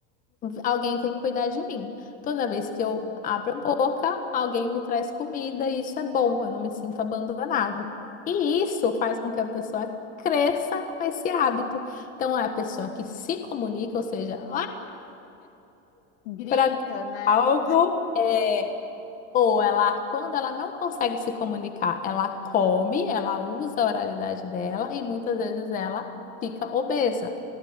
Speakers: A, on the left (about 25°); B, on the left (about 75°).
A: alguém vem cuidar de mim. Toda vez que eu
B: sim.
A: abro a boca, alguém me traz comida e isso é bom, eu não me sinto abandonada. E isso faz com que a pessoa cresça com esse hábito. Então, é a pessoa que se comunica, ou seja,
B: Grita,
A: para
B: né?
A: algo é ou ela quando ela não consegue se comunicar, ela come, ela usa a oralidade dela e muitas vezes ela fica obesa.